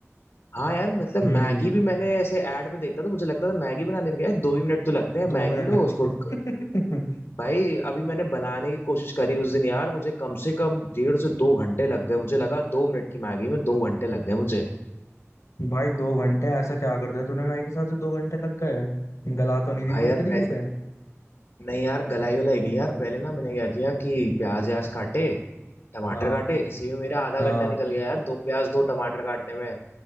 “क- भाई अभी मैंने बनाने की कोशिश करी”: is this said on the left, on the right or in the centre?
Left